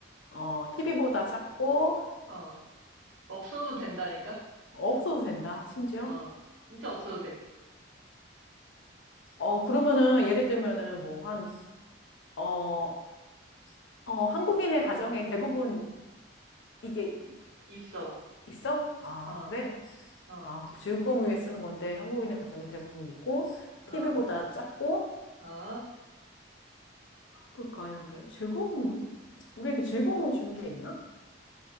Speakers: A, on the left; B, on the right.
A: 어, TV보다 작고,
B: 어. 없어도 된다니까?
A: 없어도 된다, 심지어?
B: 어, 진짜 없어도 돼.
A: 어, 그러면은, 예를 들면은, 뭐, 한, 어, 어, 한국인의 가정에 대부분 이게
B: 이- 있어.
A: 있어? 아,
B: 어,
A: 그래?
B: 어,
A: 아, 즐거움 위해 쓰는 건데, 한국인의 가정에 대부분 있고,
B: 어,
A: TV보다 작고,
B: 어,
A: 뭘까, 이런 게. 즐거움? 우리에게 즐거움을 주는 게 있나?